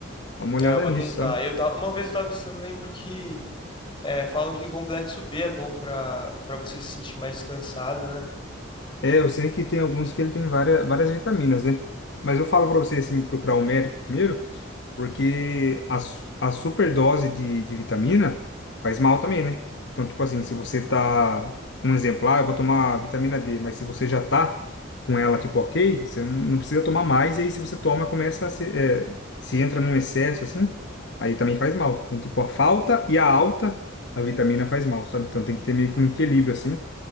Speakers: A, on the left; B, on the left.
A: Dá uma olhada
B: É, eu vou
A: nisso,
B: tentar.
A: sabe?
B: Eu tava, uma vez eu tava pensando, eu lembro que é, falam que complexo B é bom pra, pra você se sentir mais descansado, né?
A: É, eu sei que tem alguns que ele tem várias, várias vitaminas, né? Mas eu falo pra você, assim, procurar um médico primeiro, porque a, su- a superdose de, de vitamina faz mal também, né? Então, tipo assim, se você tá... Um exemplo, ah, eu vou tomar vitamina D, mas se você já tá com ela, tipo, ok, você não, não precisa tomar mais, e aí se você toma, começa a se... é, se entra num excesso, assim, aí também faz mal. Então, tipo, a falta e a alta, a vitamina faz mal, sabe? Então tem que ter meio que um equilíbrio, assim.